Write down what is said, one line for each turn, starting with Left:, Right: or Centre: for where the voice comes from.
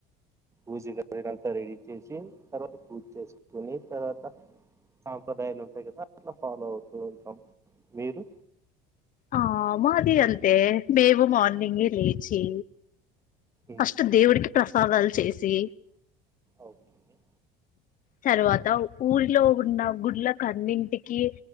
Right: పూజగాదినంత రెడీ చేసి తర్వాత పూజ చేసుకుని తర్వాత సాంప్రదాయాలు ఉంటాయి కదా అట్లా ఫాలో అవుతూ ఉంటాం మీరు
Left: ఆ మాది అంతే మేము మార్నింగే లేచి
Right: ఉమ్,
Left: ఫస్ట్ దేవుడికి ప్రసాదాలు చేసి
Right: ఓకే
Left: తర్వాత ఊరిలో ఉన్న గుళ్ళకన్నింటికి